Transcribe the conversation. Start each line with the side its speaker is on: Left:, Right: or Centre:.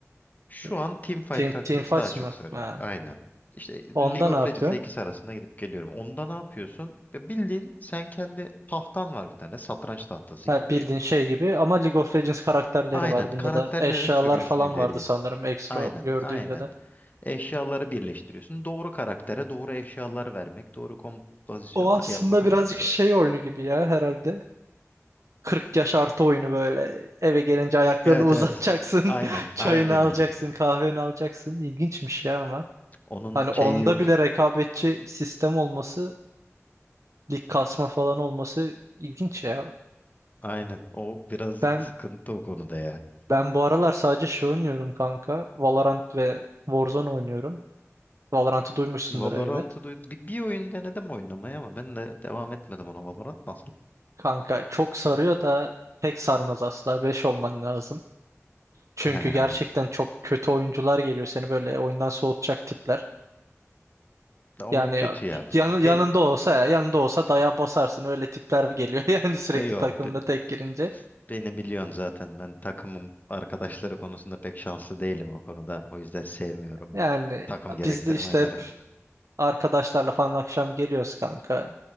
Left: Şu
Right: E,
Left: an Teamfight
Right: Team,
Left: Tactics
Right: Team Fights
Left: daha çok
Right: mı?
Left: sarıyor.
Right: Ha.
Left: Aynen. İşte League
Right: Onda ne
Left: of
Right: yapıyorsun?
Left: Legends ile ikisi arasında gidip geliyorum. Onda ne yapıyorsun? Ve bildiğin sen kendi tahtan var bir tane. Satranç tahtası
Right: Ha,
Left: gibi bir.
Right: bildiğin şey gibi ama League of Legends karakterleri
Left: Aynen.
Right: var bunda
Left: Karakterleri
Right: da. Eşyalar
Left: sürüyorsun
Right: falan
Left: ileriye.
Right: vardı sanırım ekstra
Left: Aynen.
Right: gördüğümde
Left: Aynen.
Right: de.
Left: Eşyaları birleştiriyorsun. Doğru karaktere doğru eşyalar vermek, doğru kompozisyonlar
Right: O aslında
Left: yapmak önemli
Right: birazcık
Left: zaten.
Right: şey oyunu gibi ya herhalde. 40 yaş artı oyunu böyle. Eve gelince ayaklarını
Left: Evet
Right: uzatacaksın.
Left: evet. Aynen.
Right: <laughs> Çayını
Left: Aynen
Right: alacaksın,
Left: öyle.
Right: kahveni alacaksın. İlginçmiş ya ama.
Left: Onun
Right: Hani
Left: şeyi
Right: onda
Left: yok.
Right: bile rekabetçi sistem olması, lig kasma falan olması ilginç ya.
Left: Aynen. O biraz
Right: Ben
Left: sıkıntı o konuda ya.
Right: Ben bu aralar sadece şey oynuyorum kanka. Valorant ve Warzone oynuyorum. Valorant'ı duymuşsundur
Left: Valorant'ı
Right: elbet.
Left: duydum. Bir, bir oyun denedim oynamayı ama ben de devam etmedim ona. Valorant nasıl?
Right: Kanka çok sarıyor da tek sarmaz asla. 5 olman lazım. Çünkü
Left: <laughs>
Right: gerçekten
Left: He,
Right: çok kötü oyuncular geliyor seni böyle oyundan soğutacak tipler.
Left: o
Right: Yani
Left: kötü ya. Ben,
Right: yan- yanında
Left: ben-
Right: olsa yanında olsa daya basarsın öyle tipler geliyor <laughs> yani sürekli
Left: e, yok
Right: takımda
Left: be-
Right: tek girince.
Left: beni biliyorsun zaten. Ben takımım arkadaşları konusunda pek şanslı değilim o konuda. O yüzden sevmiyorum
Right: Yani
Left: takım gerektiren
Right: biz de işte
Left: oyunları.
Right: Arkadaşlarla falan akşam geliyoruz kanka.